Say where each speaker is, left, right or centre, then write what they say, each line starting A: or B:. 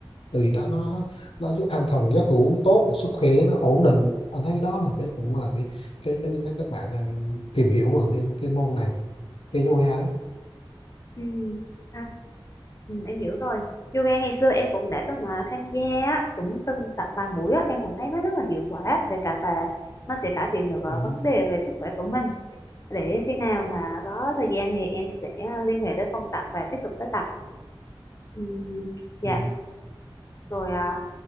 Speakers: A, on the left; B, on the left.
A: từ đó nó nó giúp an thần giấc ngủ tốt và sức khỏe nó ổn định anh thấy cái đó là cái cũng là cái cái cái, cái các bạn nên tìm hiểu về cái, cái môn này cái yoga đó
B: Ừ, anh, ừ, em hiểu rồi. Yoga ngày xưa em cũng đã từng à, tham gia, á, cũng từng tập vài buổi á, em cũng thấy nó rất là hiệu quả về cả và nó sẽ cải thiện được à,
A: ừ.
B: vấn đề về sức khỏe của mình. Để khi nào mà có thời gian thì em sẽ à, liên hệ tới phòng tập và tiếp tục tới tập. Ừ, dạ.
A: Ừ.
B: Rồi à,